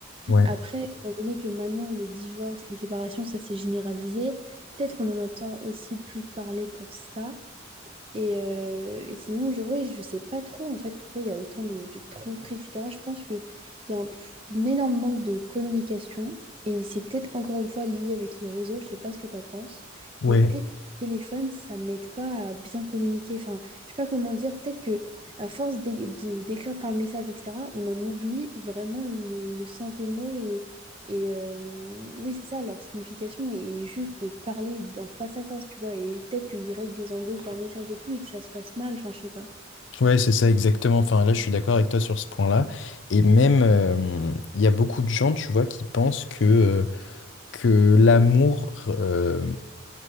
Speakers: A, on the left; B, on the right.
A: Ouais,
B: Après, étant donné que maintenant le divorce, les séparations, ça s'est généralisé, peut-être qu'on en entend aussi plus parler pour ça. Et, euh, et sinon, je, ouais, je sais pas trop en fait pourquoi il y a autant de, de tromperies, etc. Je pense qu'il y a un, un énorme manque de communication et c'est peut-être encore une fois lié avec les réseaux, je sais pas ce que tu en penses,
A: ouais,
B: mais peut-être que le téléphone, ça n'aide pas à bien communiquer. Enfin, je sais pas comment dire, peut-être que à force d'é- de- d'écrire par message, etc., on en oublie vraiment le, le sens des mots et et euh, oui, c'est ça, leur signification est juste de parler en face à face, tu vois, et peut-être qu'ils règlent des embrouilles par message et tout et que ça se passe mal, enfin, je sais pas.
A: ouais, c'est ça exactement. Enfin, là, je suis d'accord avec toi sur ce point-là. Et même, euh, mmh, il y a beaucoup de gens, tu vois, qui pensent que que l'amour euh,